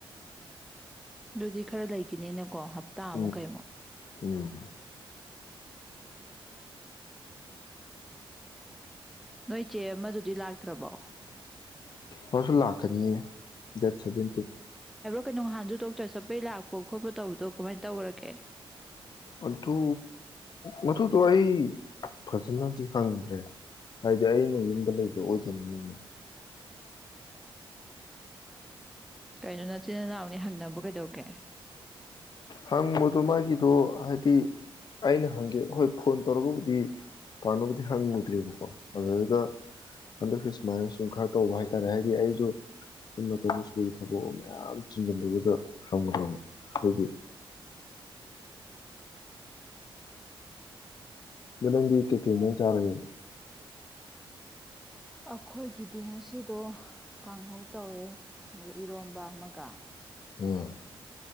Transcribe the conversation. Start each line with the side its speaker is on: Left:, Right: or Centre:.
Centre: ꯑꯗꯨꯗꯤ ꯈꯔ ꯂꯩꯈꯤꯅꯦꯅ ꯀꯣ ꯍꯞꯇꯥ ꯑꯃꯨꯛ
Left: ꯎꯝ
Centre: ꯀꯩꯩꯅꯣ
Left: ꯎꯝ
Centre: ꯅꯣꯏ ꯏꯆꯦ ꯑꯃꯗꯨꯗꯤ ꯂꯥꯛꯇ꯭ꯔꯕꯣ
Left: ꯑꯣꯁꯨ ꯂꯥꯛꯀꯅꯤꯅꯦ ꯗꯦꯠ ꯁꯕꯤ ꯇ
Centre: ꯀꯩꯅꯣꯍꯥꯟꯗ ꯗꯣꯛꯇꯔ ꯆꯠꯄꯩ ꯂꯥꯛꯄ ꯈꯣꯠꯄ ꯇꯧꯕꯗꯣ ꯀꯃꯥꯏꯅ ꯇꯧꯈꯔꯒꯦ
Left: ꯑꯗꯨ ꯃꯗꯨꯗꯣ ꯑꯩ ꯐꯖꯅꯗꯤ ꯍꯪꯗ꯭ꯔꯦ ꯍꯥꯏꯗꯤ ꯑꯩꯅ ꯌꯨꯝꯗ ꯂꯩꯕ ꯑꯣꯏꯗꯕꯅꯤꯅꯅꯦ
Centre: ꯀꯩꯅꯣ ꯅꯆꯤꯟ ꯅꯅꯥꯎꯅꯤ ꯍꯪꯅꯕ ꯀꯩꯗꯧꯒꯦ
Left: ꯍꯪꯕꯗꯣ ꯃꯥꯒꯤꯗꯣ ꯍꯥꯏꯗꯤ ꯑꯩꯅ ꯍꯪꯒꯦ ꯍꯣꯏ ꯐꯣꯟ ꯇꯧꯔꯒꯕꯨꯗꯤ ꯄꯥꯝꯅꯕꯕꯨꯗꯤ ꯍꯪꯉꯨꯗ꯭ꯔꯦꯕꯀꯣ ꯑꯗꯨꯗꯨꯗ ꯍꯟꯗꯛꯁ ꯁꯨꯃꯥꯏꯅ ꯁꯨꯝ ꯈꯔ ꯇꯧꯕ ꯍꯥꯏꯇꯥꯔꯦ ꯍꯥꯏꯗꯤ ꯑꯩꯁꯨ ꯁꯝ ꯅꯇꯗ ꯁ꯭ꯀꯨꯜꯒꯤ ꯊꯕꯛ ꯃꯌꯥꯝ ꯆꯤꯡꯁꯤꯟꯕꯗꯨꯗ ꯍꯪꯉꯨꯗ꯭ꯔꯕ ꯑꯗꯨꯒꯤ ꯂꯗꯤ ꯀ ꯀ ꯆꯥꯔꯒꯦ
Centre: ꯑꯩꯈꯣꯏꯒꯤꯗꯤ ꯉꯁꯤꯗꯣ ꯀꯥꯡꯍꯧ ꯇꯧꯋꯦ ꯏꯔꯣꯝꯕ ꯑꯃꯒ
Left: ꯎꯝ